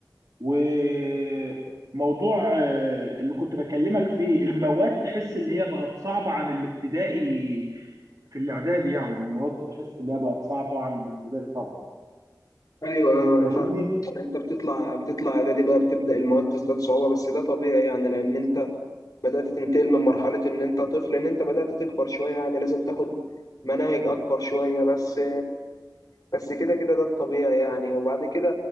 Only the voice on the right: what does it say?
وموضوع آه، اللي كنت بكلمك فيه المواد تحس اللي هي بقت صعبة عن الابتدائي في الاعدادي يعني المواد تحس اللي هي بقت صعبة عن الابتدائي طبعا
فاهمني؟